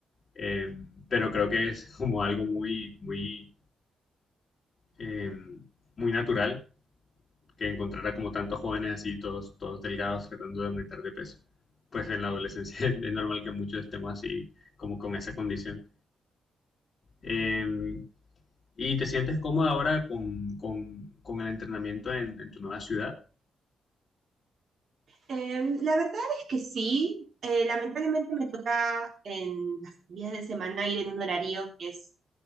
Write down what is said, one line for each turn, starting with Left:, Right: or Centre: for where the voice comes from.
Left: eh, pero creo que es como algo muy, muy, eh, muy natural que encontrara como tantos jóvenes así, todos, todos delgados, tratando de aumentar de peso. Pues en la adolescencia <laughs> es normal que muchos estemos así, como con esa condición. Eh, ¿Y te sientes cómoda ahora con, con, con el entrenamiento en, en tu nueva ciudad?
Right: Em, la verdad es que sí. Eh, lamentablemente me toca en los días de semana ir en un horario que es,